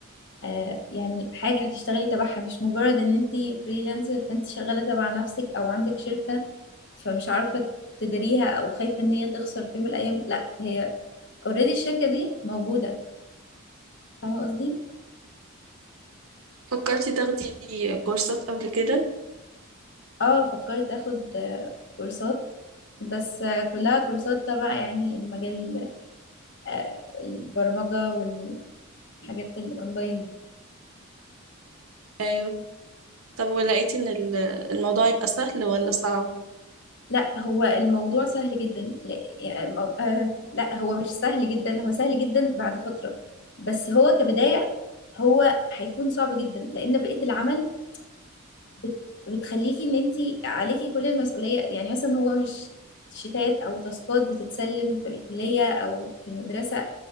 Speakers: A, on the left; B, on the right.
A: آه يعني حاجة هتشتغلي تبعها مش مجرد ان انت فريلانسر فانت شغالة تبع نفسك او عندك شركة فمش عارفة تديريها او خايفة ان هي تخسر في يوم من الايام لا هي اوريدي الشركة دي موجودة فاهمة قصدي؟
B: فكرتي تاخدي كورسات قبل كده
A: اه فكرت اخد آه كورسات بس آه كلها كورسات تبع يعني المجال آه البرمجة والحاجات الاونلاين دي
B: أيوه طب ولقيتي إن ال- الموضوع يبقى سهل ولا صعب
A: لا هو الموضوع سهل جدا لا يعني المو... آه لا هو
B: مم.
A: مش سهل جدا هو سهل جدا بعد فترة بس هو كبداية هو هيكون صعب جدا لأن بقية العمل بت... بتخليكي إن أنت عليكي كل المسؤولية يعني مثلا هو مش شتات أو تاسكات بتتسلم في الكلية أو في المدرسة